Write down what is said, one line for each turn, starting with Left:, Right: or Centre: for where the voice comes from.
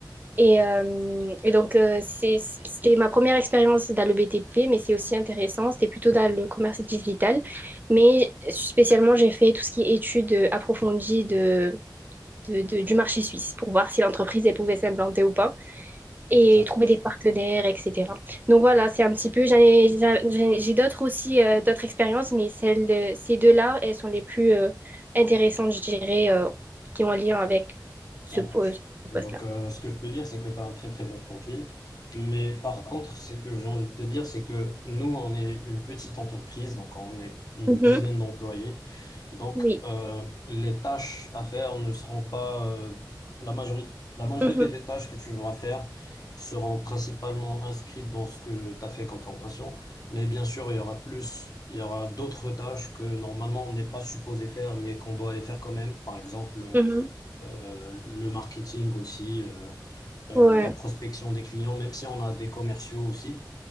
Right: Et, euh, et donc, euh, c'est- c'était ma première expérience dans le BTP, mais c'est aussi intéressant. C'était plutôt dans le commerce digital. Mais spécialement, j'ai fait tout ce qui est études approfondies de, de- de- du marché suisse pour voir si l'entreprise elle pouvait s'implanter ou pas
Left: OK,
Right: et
Left: ça marche.
Right: trouver des partenaires, etc. Donc voilà, c'est un petit peu, j'en ai- j'ai j'ai d'autres aussi, euh, d'autres expériences, mais celles de- ces deux-là, elles sont les plus euh, intéressantes, je dirais, euh, qui ont un lien avec
Left: Ça
Right: ce,
Left: marche.
Right: po- ce
Left: Donc,
Right: poste-là.
Left: euh, ce que je peux dire, c'est que tu as un très très bon profil. Mais par contre, c'est que j'ai envie de te dire, c'est que nous, on est une petite entreprise, donc on est une
Right: Mhm.
Left: dizaine d'employés. Donc,
Right: Oui.
Left: euh, les tâches à faire ne seront pas euh, la majorité. La majorité
Right: Mhm.
Left: des tâches que tu vas faire seront principalement inscrites dans ce que tu as fait comme formation. Mais bien sûr, il y aura plus, il y aura d'autres tâches que normalement on n'est pas supposé faire, mais qu'on doit aller faire quand même. Par exemple,
Right: Mhm.
Left: euh, le marketing aussi, euh, euh,
Right: Ouais.
Left: la prospection des clients, même si on a des commerciaux aussi.